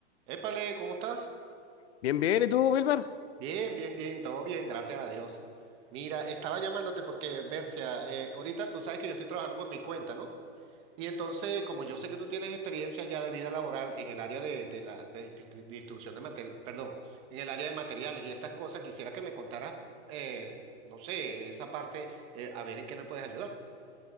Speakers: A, on the right (about 15°); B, on the left (about 70°).
A: Épale, ¿cómo estás?
B: Bien, bien, ¿y tú, Wilmer?
A: Bien, bien, bien, todo bien, gracias a Dios. Mira, estaba llamándote porque, Bercia, eh, ahorita tú sabes que yo estoy trabajando por mi cuenta, ¿no? Y entonces, como yo sé que tú tienes experiencia ya de vida laboral en el área de, de la de distri- distribución de materiales, perdón, en el área de materiales y estas cosas, quisiera que me contaras, eh, no sé, esa parte, eh, a ver en qué me puedes ayudar.